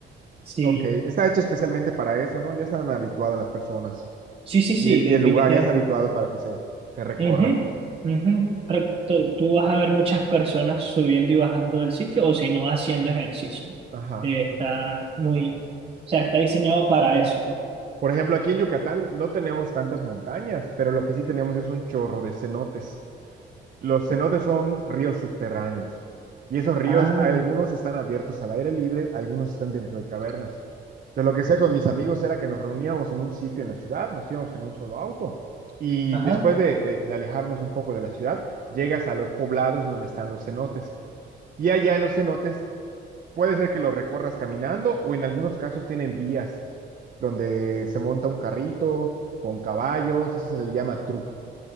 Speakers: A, on the right; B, on the right.
A: Sí,
B: Ok. Está hecho especialmente para eso, ¿no? Ya están habituadas las personas.
A: sí, sí, sí,
B: Y,
A: definitivamente.
B: y el lugar ya está habituado para que se, se recorra.
A: Ujú, ujú. Pero tú tú vas a ver muchas personas subiendo y bajando del sitio o si no haciendo ejercicio.
B: Ajá.
A: Eh, está muy, o sea, está diseñado para eso. pues.
B: Por ejemplo, aquí en Yucatán no tenemos tantas montañas, pero lo que sí tenemos es un chorro de cenotes. Los cenotes son ríos subterráneos y esos ríos,
A: Ah,
B: algunos están abiertos al aire libre, algunos están dentro de cavernas. Entonces, lo que hacía con mis amigos era que nos reuníamos en un sitio en la ciudad, nos íbamos en un solo auto y
A: ajá,
B: después de, de- de alejarnos un poco de la ciudad, llegas a los poblados donde están los cenotes. Y allá en los cenotes puede ser que los recorras caminando o en algunos casos tienen vías donde se monta un carrito con caballos, eso se le llama truco.